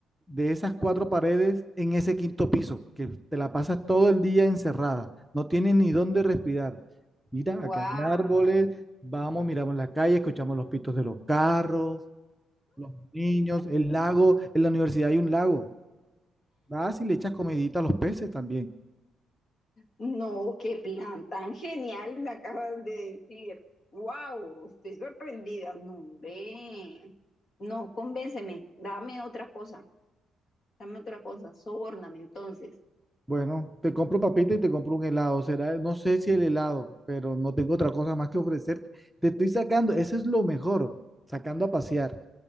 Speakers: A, in the centre; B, on the left.
A: de esas cuatro paredes en ese quinto piso, que te la pasas todo el día encerrada, no tienes ni dónde respirar. Mira,
B: ¡Wow!
A: acá hay árboles, vamos, miramos la calle, escuchamos los pitos de los carros, los niños, el lago, en la universidad hay un lago. Vas y le echas comidita a los peces también.
B: No, qué plan tan genial me acabas de decir. ¡Wow! Estoy sorprendida. No, ve. No, convénceme. Dame otra cosa. Dame otra cosa. Sobórname entonces.
A: Bueno, te compro papita y te compro un helado. Será, no sé si el helado, pero no tengo otra cosa más que ofrecerte. Te estoy sacando, eso es lo mejor, sacando a pasear.